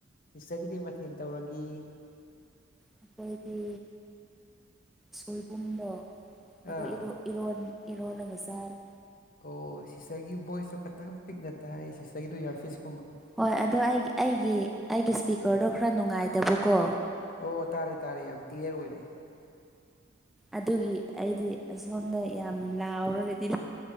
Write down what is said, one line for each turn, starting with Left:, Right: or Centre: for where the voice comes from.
Left: ꯏꯁꯇꯔꯤ ꯀꯩ ꯃꯊꯦꯜ ꯇꯧꯔꯒꯦ
Centre: ꯑꯩꯈꯣꯏꯒꯤ ꯁꯣꯏꯕꯨꯝꯗꯣ ꯑꯣ
Left: ꯑꯥ
Centre: ꯏꯔꯣꯟ ꯏꯔꯂ ꯑꯗꯨꯖꯔ
Left: ꯑꯣ ꯁꯤꯁꯔꯒꯤ ꯚꯣꯏꯁꯁꯨꯣ ꯈꯇꯪ ꯄꯤꯛꯅ ꯇꯥꯏ ꯁꯤꯁꯔꯒꯤꯗꯨꯣ ꯏꯌꯥꯔꯐꯤꯁ
Centre: ꯍꯣꯏ ꯑꯗꯣ ꯑꯩ ꯑꯩꯒꯤ ꯑꯩꯒꯤ ꯏꯁꯄꯤꯀꯔꯗꯣ ꯈꯔ ꯅꯨꯡꯉꯥꯏꯇꯕꯀꯣ
Left: ꯑꯣ ꯇꯥꯔꯦ ꯇꯥꯔꯦ ꯌꯥꯝ ꯀ꯭ꯂꯤꯌꯥꯔ ꯑꯣꯏꯔꯦ
Centre: ꯑꯗꯨꯒꯤ ꯑꯩꯗꯤ ꯑꯁꯣꯝꯗ ꯌꯥꯝ ꯂꯥꯎꯔꯒꯗꯤ